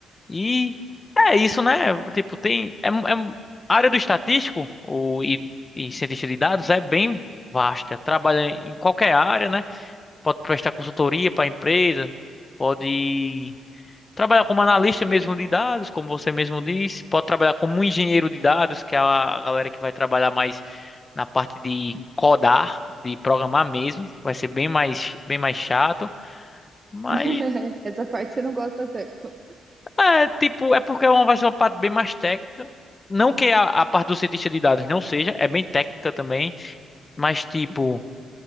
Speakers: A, on the left; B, on the right.
A: E é isso, né? Tipo, tem. É, é- a área do estatístico o, e, e cientista de dados é bem vasta. Trabalha em qualquer área, né? Pode prestar consultoria para empresa, pode. Trabalhar como analista mesmo de dados, como você mesmo disse, pode trabalhar como um engenheiro de dados, que é a galera que vai trabalhar mais na parte de codar, de programar mesmo, vai ser bem mais bem mais chato, mas
B: <laughs> Essa parte você não gosta tanto.
A: é tipo, é porque é uma vai ser uma parte bem mais técnica. Não que a, a parte do cientista de dados não seja, é bem técnica também, mas tipo